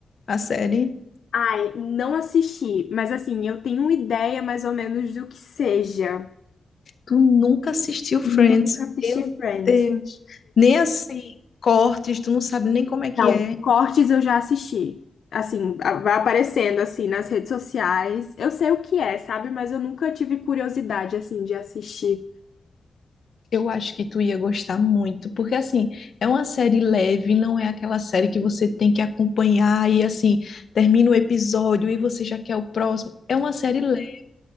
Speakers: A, on the left (about 55°); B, on the left (about 70°).
A: a série?
B: Ai, não assisti, mas assim, eu tenho uma ideia mais ou menos do que seja.
A: Tu nunca assistiu Friends?
B: Nunca assisti
A: Meu
B: Friends.
A: Deus. Nem assim, cortes, tu não sabe nem como é que
B: Não,
A: é.
B: cortes eu já assisti. Assim, a- vai aparecendo assim nas redes sociais. Eu sei o que é, sabe? Mas eu nunca tive curiosidade assim de assistir.
A: Eu acho que tu ia gostar muito, porque assim, é uma série leve, não é aquela série que você tem que acompanhar e assim, termina o episódio e você já quer o próximo. É uma série leve